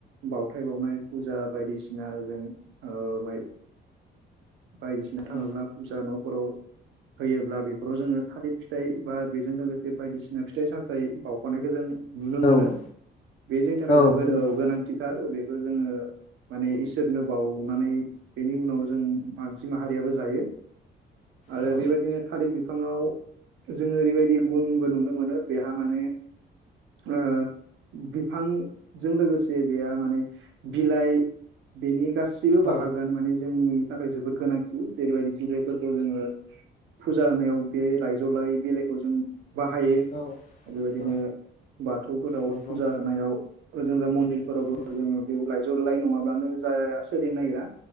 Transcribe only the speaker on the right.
बावथाय बावनाय फुजा बायदिसिना जों ओ माइ बायदिसिना थाङोब्ला
फुजा न'फोराव होयोब्ला बेफोराव जोङो थालिर फिथाइ बा बेजों लोगोसे बायदिसिना फिथाइ सामथाइ बावउख'नायखौ जों नुनो
मोनो बे जोंनि थाखाय
ओ जोबोद
गोनांथिथार बे जोङो माने इसोरनो बावनानै बेनि उनाव जों मानसि माहारियाबो जायो आरो
बेबायदिनो थालिर बि फांङाव जोङो ओरैबायदि गुनबो नुनो मोनो बेहा माने ओ बिफांजों लोगोसे बेहा माने बिलाइ बेनि गासैबो
बाहागोआनो माने जोंनि थाखाय जोबोद गोनांथि जेरैबायदि बिलाइफोरखौ जोङो फुजा होनायाव बे लायजौलाय बिलाइखौ जों बाहायो
बेबायदिनो
बाथौफोराव
फुजा होनायाव ओजों ओजा मन्दिर फोरावबो‌
जोङो बेयाव लाइजौ लाय नङाब्लानो जाया सोलिनो नागिरा